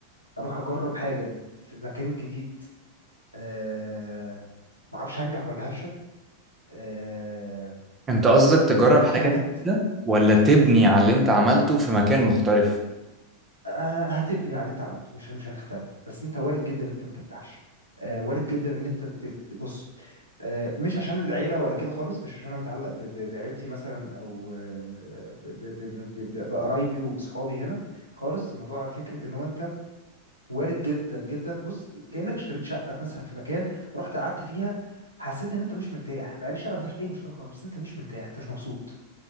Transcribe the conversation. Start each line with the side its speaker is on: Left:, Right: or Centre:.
Left: اروح اجرب حاجه في مكان جديد أه ما اعرفش هنجح ولا هفشل أه
Right: انت قصدك تجرب حاجة
Left: في حاجات
Right: جديدة ولا تبني على اللي انت عملته في مكان مختلف؟
Left: آه، هتبني على اللي انت عملته مش مش هنختلف بس انت وارد جدا ان انت ما ترتاحش آه، وارد جدا ان انت ت- ت- بص آه، مش عشان العيله ولا كده خالص مش عشان انا متعلق ب- ب- بعيلتي مثلا او آه، ب- ب- ب- ب- ب- بقرايبي وبصحابي هنا خالص الموضوع فكره ان هو انت وارد جدا جدا بص كانك اشتريت شقه في مثلا في مكان رحت قعدت فيها حسيت ان انت مش مرتاح مع ان الشقه ما فيهاش اي مشكله خالص بس انت مش مرتاح انت مش مبسوط